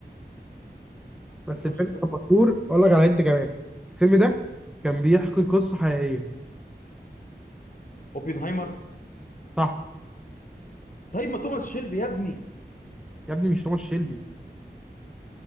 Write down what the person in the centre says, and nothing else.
بس
الفيلم
كان مشهور اقول لك على انت كمان الفيلم ده كان بيحكي قصه حقيقيه
صح
يا ابني مش توماس شيلبي